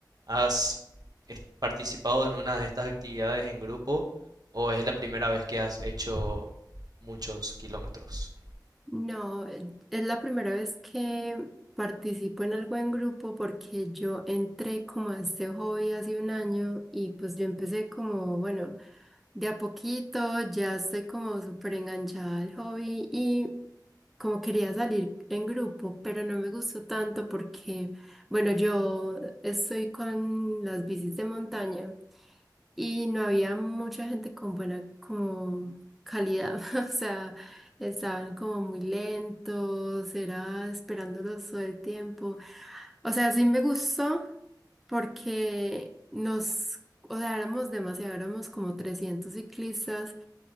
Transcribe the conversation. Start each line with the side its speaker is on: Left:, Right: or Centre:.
Right: has es- participado en una de estas actividades en grupo o es la primera vez que has hecho muchos kilómetros.
Centre: No, eh, es la primera vez que participo en algo en grupo porque yo entré como a este hobby hace un año y pues yo empecé como, bueno, de a poquito, ya estoy como súper enganchada al hobby y como quería salir en grupo, pero no me gustó tanto porque, bueno, yo estoy con las bicis de montaña. y no había mucha gente con buena como calidad, <laughs> o sea, estaban como muy lentos, era esperándolos todo el tiempo. O sea, sí me gustó porque nos, o sea, éramos demasiado, éramos como 300 ciclistas